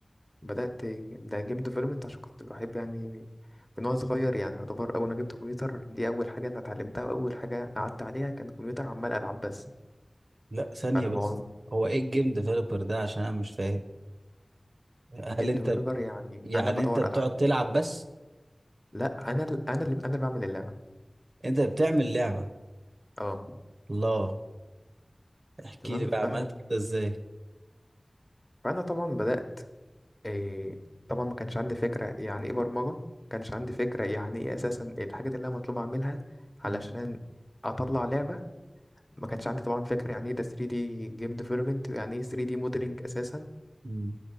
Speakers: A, on the left (about 20°); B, on the right (about 80°).
A: بدات ده جيم ديفلوبمنت عشان كنت بحب يعني من وانا صغير يعني يعتبر اول ما جبت كمبيوتر دي اول حاجه انا اتعلمتها واول حاجه قعدت عليها كان كمبيوتر عمال العب بس
B: لا ثانيه
A: فالموضوع
B: بس هو ايه الجيم ديفلوبر ده عشان انا مش فاهم
A: جيم
B: هل انت
A: ديفلوبر
B: ب-
A: يعني
B: يعني
A: انا بطور
B: انت بتقعد
A: العاب
B: تلعب بس
A: لا انا ال- انا اللي انا اللي بعمل اللعبه
B: انت بتعمل لعبه
A: اه
B: الله احكي
A: تمام
B: لي بقى
A: ف...
B: عملت كده ازاي
A: فانا طبعا بدات إيه... طبعا ما كانش عندي فكره يعني ايه برمجه ما كانش عندي فكره يعني ايه اساسا الحاجات اللي انا مطلوب اعملها علشان
B: مم.
A: اطلع لعبه ما كانش عندي طبعا فكره يعني ايه ده 3D جيم ديفلوبمنت ويعني ايه 3D موديلنج اساسا
B: مم.